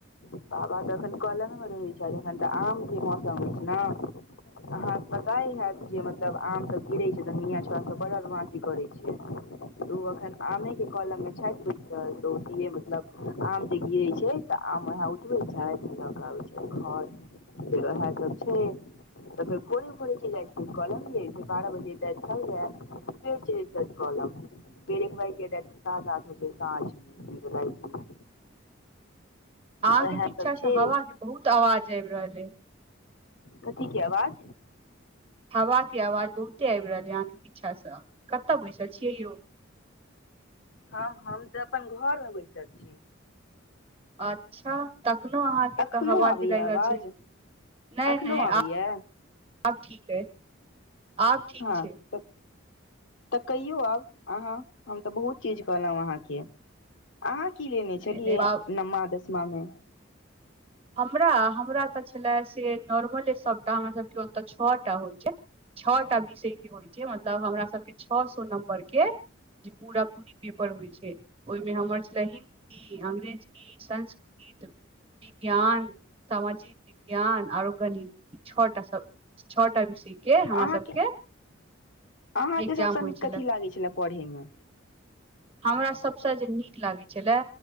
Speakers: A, on the left; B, on the right.
A: बाबा त अखन कलमे मे रहै छथि अखन तऽ आम के मौसम अछि न अहाँके पताये हैत जे मतलब आम सभ गिरै छै तऽ मिंयां छोरा सभ बर बदमासी करै छै तऽ ओ एखन आमे के कलम मे छथि तऽ मतलब आम जे गिरै छै तऽ आम उहे ल के आबै छै घर फेर ओएह सब छै तऽ फेर <unintelligible> भोरे भोरे चलि जाई छथि कलम यै फेर बारह बजे <unintelligible> कलम बेर भइ सा <unintelligible> त आथ हो छै सा ल
B: अहाँ
A: ओएह
B: के पीछा
A: सब
B: से
A: छै
B: हवा के बहुत आवाज आबि रहल अछि
A: कथी के आवाज
B: हवाके आवाज बहुते आबि रहल अहाँके पीछासँ कतय बैसल छियै यौ
A: हम हम तऽ अपन घर मे बैसल छी
B: अच्छा तखनो अहाँके
A: अखनो
B: तऽ हवा
A: आबैये
B: गिराए रहल
A: आवाज
B: छै नय
A: एखनो
B: नय
A: आबैया
B: आब आब ठीक अइ आब ठीक
A: हँ
B: छै
A: तऽ तऽ कहियो आब आहाँ हम तऽ बहुत चीज कहलहुं अहाँके अहाँ की लेने
B: नहि
A: छलियै
B: नहि बाप
A: नमा दसमा मे
B: हमरा हमरा तऽ छलए से नॉर्मले सभटा हमरासभके ओतय छऽ टा होइ छै छऽटा विषय के होइ छै मतलब हमरा सभके छ सो नम्बर के जे पूरा पूरी पेपर होइ छै ओहिमे हमर छलहन ई अंग्रेजी संस्कृत ज्ञान सामाजिक विज्ञान आरोग्य नीति छ टा छटा विषय के हमरा
A: अहाँके
B: सभ के
A: अहाँके
B: एग्जाम
A: सभसँ
B: होइ
A: नीक
B: छलै
A: कथी लागै छलए पढ़यमे
B: हमरा सभसँ जे नीक लागै छलै